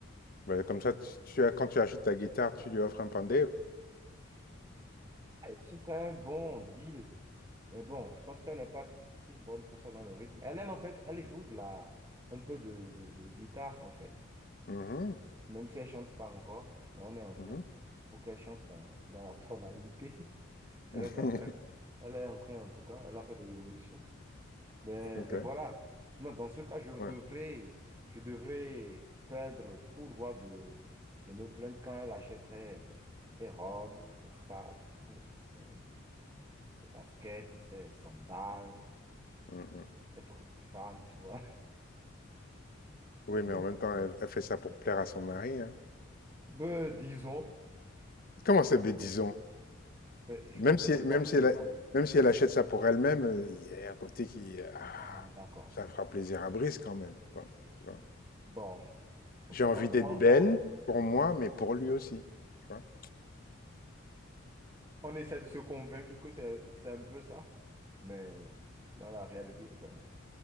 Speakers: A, on the left (about 45°); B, on the right (about 20°).
A: Bah comme ça, tu, tu as- quand tu achètes ta guitare, tu lui offres un pandeiro.
B: ce serait un bon deal. Mais bon, je pense qu'elle n'est pas si bonne que ça dans le rythme. Elle aime en fait, elle joue de la, un peu de, de, de guitare en fait,
A: Mhm,
B: même si elle chante pas encore, mais on est en train
A: mhm.
B: pour qu'elle chante dans, dans la tonalité. <laughs>
A: <laughs>
B: Elle est dans, elle, elle est en train en tout cas, elle a fait des évolutions. Mais,
A: Ok,
B: mais voilà, Moi, dans ce cas, je devrais,
A: ouais.
B: je devrais perdre tout droit de, de me plaindre quand elle achèterait ses robes, ses sacs, ses, ses baskets, ses sandales.
A: Mhm.
B: ces truc de femmes, tu vois.
A: Oui,
B: <laughs>
A: mais en même temps, elle, elle fait ça pour plaire à son mari. hein.
B: Ben, disons,
A: Comment c'est bêtison?
B: ben, je
A: Même
B: pense
A: si,
B: que les femmes
A: même si
B: le
A: elle,
B: font.
A: même si elle achète ça pour elle-même, euh, il y a un côté qui, ah,
B: Ah, d'accord.
A: ça fera plaisir à Brice quand même, quoi, tu vois.
B: Bon, enfin,
A: J'ai envie
B: on,
A: d'être
B: on,
A: belle
B: on,
A: pour moi, mais pour lui aussi, tu vois.
B: on essaie de se convaincre que c'est, c'est un peu ça, mais dans la réalité, ben,